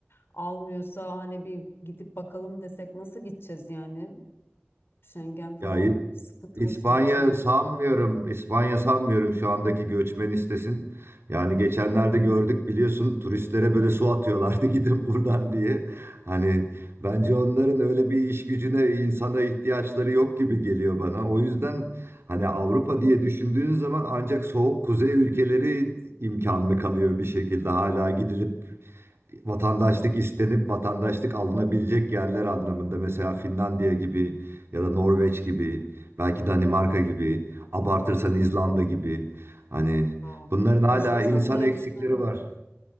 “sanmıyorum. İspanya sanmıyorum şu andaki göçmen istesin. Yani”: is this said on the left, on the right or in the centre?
Right